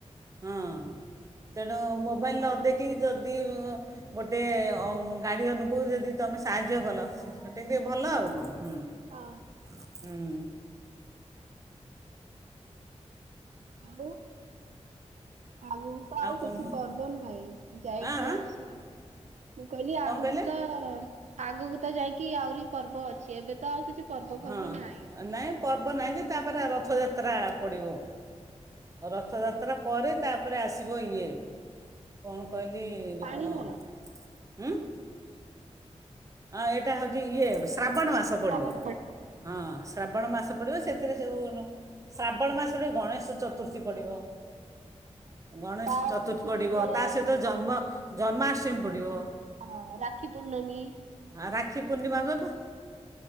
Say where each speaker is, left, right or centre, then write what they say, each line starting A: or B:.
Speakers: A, on the right; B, on the right.
A: ହଁ। ତେଣୁ, ମୋବାଇଲ ନ ଦେଖିକି ଯଦି ଗୋଟେ ଗାର୍ଡ଼ିଅନକୁ ଯଦି ତୁମେ ସାହାଯ୍ୟ କଲ ସେ <inaudible> ଭଲ ଆଉ କଣ। ହୁଁ।
B: ହଁ ଆଉ ଆଗକୁ ତ ଆଉ କିଛି
A: କ'ଣ କୁହ
B: ପର୍ବ ନାହିଁ। ଯାଇକି,
A: ହଁ ହଁ,
B: ଅଛି ମୁଁ କହିଲି,
A: କ'ଣ
B: ଆଗକୁ
A: କହିଲେ
B: ତ ଆଗକୁ ତ ଯାଇକି ଆହୁରି ପର୍ବ ଅଛି। ଏବେ ତ ଆଉ କିଛି। ପର୍ବ ଫର୍ବ
A: ହଁ।
B: ନାହିଁ।
A: ନାହିଁ ପର୍ବ ନାହିଁ ଯେ, ତାପରେ ରଥଯାତ୍ରା। ପଡ଼ିିବ ରଥଯାତ୍ରା ପରେ ତାପରେ ଆସିବ ଇଏ କଣ କହିଲି
B: ପାଣି
A: ଉଁ
B: ଭାର
A: ହଁ ଏଇଟା ହଉଛି। ଇଏ ଶ୍ରାବଣ ମାସ
B: ଶ୍ରାବଣ
A: ପଡ଼ିବ।
B: ମାସରେ।
A: ହଁ, ଶ୍ରାବଣ ମାସ ପଡ଼ିବ ସେଥିରେ ଯେଉଁ। ଶ୍ରାବଣ ମାସରେ ଗଣେଶ ଚତୁର୍ଥୀ ପଡ଼ିବ। ଗଣେଶ
B: ତା
A: ଚତୁର୍ଥୀ
B: କିଛି
A: ପଡିବ
B: ଦିନ ପରେ
A: ତା ସହିତ ଜନ୍ମ- ଜନ୍ମାଷ୍ଟମୀ ପଡ଼ିବ।
B: ହଁ, ରାକ୍ଷୀ ପୂର୍ଣ୍ଣମୀ।
A: ଆଉ ରାକ୍ଷୀ ପୂର୍ଣ୍ଣିମା। ହଁ